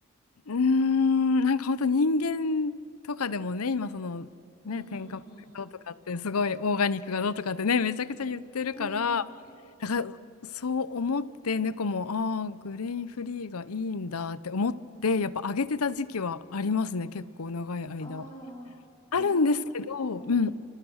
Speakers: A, on the left; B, on the left.
A: ーん、なんか本当人間とかでもね、今そのね、
B: うんうん
A: 添加物がどうとかってすごいオーガニックがどうとかってね、めちゃくちゃ言ってるから、
B: うん。ねえ。
A: だからそう思って猫も、ああ、グレインフリーがいいんだって思って、やっぱ上げてた時期はありますね、結構長い間。
B: ああ、
A: あるんですけど、
B: え、な、うんうん。
A: うん。